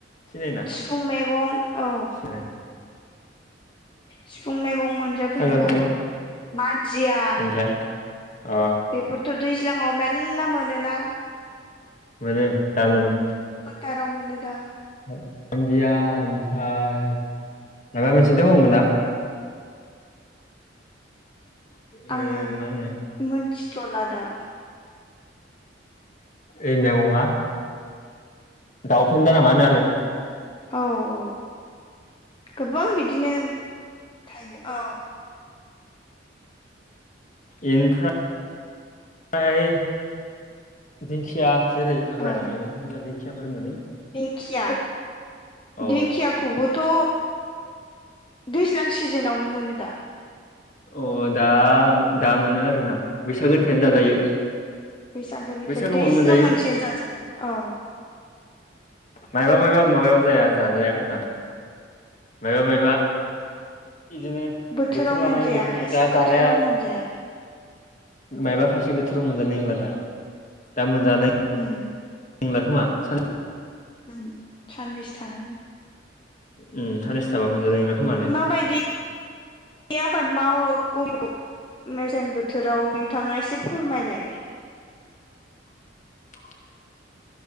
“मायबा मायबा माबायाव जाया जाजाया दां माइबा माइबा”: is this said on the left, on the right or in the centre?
Left